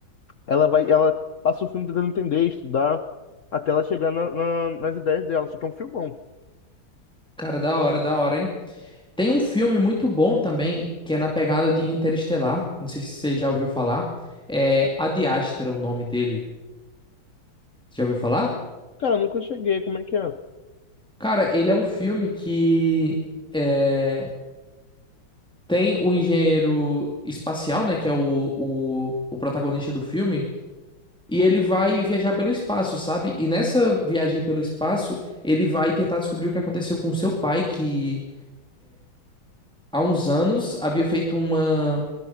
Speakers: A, on the left; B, in the centre.
A: ela vai, ela passa o filme tentando entender, estudar, até ela chegar na- na- nas ideias dela. Só que é um filmão.
B: Cara, da hora, da hora, hein? Tem um filme muito bom também, que é na pegada de Interestelar. Não sei se você já ouviu falar. É Ad Astra, o nome dele. Já ouviu falar?
A: Cara, eu nunca cheguei, como é que é?
B: Cara, ele é um filme que é, tem o engenheiro espacial, né? Que é o, o, o protagonista do filme. E ele vai viajar pelo espaço, sabe? E nessa viagem pelo espaço, ele vai tentar descobrir o que aconteceu com seu pai, que há uns anos havia feito uma.